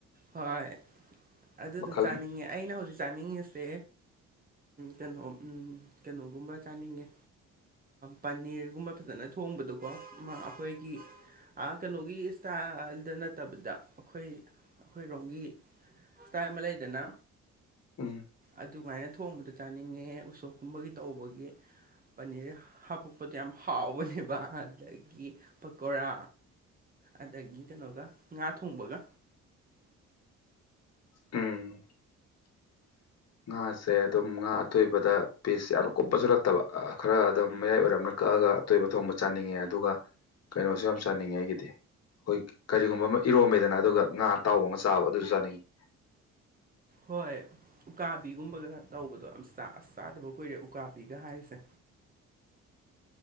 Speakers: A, on the right; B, on the left.
A: ꯍꯣꯏ ꯑꯗꯨꯗꯨ
B: ꯃꯈꯜ
A: ꯆꯥꯅꯤꯡꯉꯦ ꯑꯩꯅ ꯍꯧꯖꯤꯛ ꯆꯥꯅꯤꯡꯉꯤꯁꯦ ꯀꯩꯅꯣ ꯀꯩꯅꯣꯒꯨꯝꯕ ꯆꯥꯅꯤꯡꯉꯦ ꯄꯅꯤꯔꯒꯨꯝꯕ ꯐꯖꯅ ꯊꯣꯡꯕꯗꯀꯣ ꯑꯩꯈꯣꯏꯒꯤ ꯀꯩꯅꯣꯒꯤ ꯏꯁꯇꯥꯏꯜꯗ ꯅꯠꯇꯕꯗ ꯑꯩꯈꯣꯏ ꯑꯩꯈꯣꯏꯔꯣꯝꯒꯤ ꯏꯁꯇꯥꯏꯞ ꯑꯃ ꯂꯩꯗꯅ
B: ꯎꯝ
A: ꯑꯗꯨꯃꯥꯏꯅ ꯊꯣꯡꯕꯗ ꯆꯥꯅꯤꯡꯉꯦ ꯎꯁꯣꯞꯀꯨꯝꯕꯒꯤ ꯇꯧꯕꯒꯤ ꯄꯅꯤꯔ ꯍꯥꯄꯛꯄꯗꯣ ꯌꯥꯝ ꯍꯥꯎꯕꯅꯦꯕ ꯑꯗꯒꯤ ꯄꯀꯣꯔꯥ ꯑꯗꯒꯤ ꯀꯩꯅꯣꯒ ꯉꯥ ꯊꯣꯡꯕꯒ
B: ꯎꯝ ꯉꯥꯁꯦ ꯑꯗꯨꯝ ꯉꯥ ꯑꯊꯣꯏꯕꯗ ꯄꯤꯁ ꯌꯥꯝ ꯀꯨꯞꯕꯁꯨ ꯅꯠꯇꯕ ꯈꯔ ꯑꯗꯨꯝ ꯃꯌꯥꯏ ꯑꯣꯏꯔꯝꯅ ꯀꯛꯑꯒ ꯑꯇꯣꯏꯕ ꯊꯣꯡꯕ ꯆꯥꯅꯤꯡꯉꯦ ꯑꯗꯨꯒ ꯀꯩꯅꯣꯁꯨ ꯌꯥꯝ ꯆꯥꯅꯤꯡꯉꯦ ꯑꯩꯒꯤꯗꯤ ꯑꯩꯈꯣꯏ ꯀꯔꯤꯒꯨꯝꯕ ꯑꯃ ꯏꯔꯣꯝꯃꯦꯗꯅ ꯑꯗꯨꯒ ꯉꯥ ꯑꯇꯥꯎꯕ ꯑꯃ ꯆꯥꯕ ꯑꯗꯨꯁꯨ ꯆꯥꯅꯤꯡꯉꯤ
A: ꯍꯣꯏ ꯎꯀꯥꯕꯤꯒꯨꯝꯕꯒ ꯇꯧꯕꯗꯣ ꯌꯥꯝ ꯆꯥ ꯆꯥꯗꯕ ꯀꯨꯏꯔꯦ ꯎꯀꯥꯕꯤꯒ ꯍꯥꯏꯁꯦ